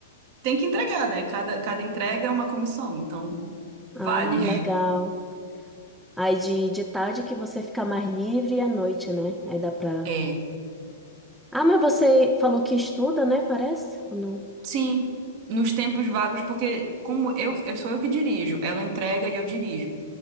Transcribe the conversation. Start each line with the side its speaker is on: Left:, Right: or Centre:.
Right: tem que entregar, né? Cada, cada entrega é uma comissão, então
Centre: Ah,
Right: vale.
Centre: legal. Aí de, de tarde que você fica mais livre e à noite, né? Aí dá pra.
Right: <laughs>
Centre: Ah, mas você falou que estuda, né? Parece? Ou não?
Right: Sim, nos tempos vagos, porque como eu, eu sou eu que dirijo, ela entrega e eu dirijo.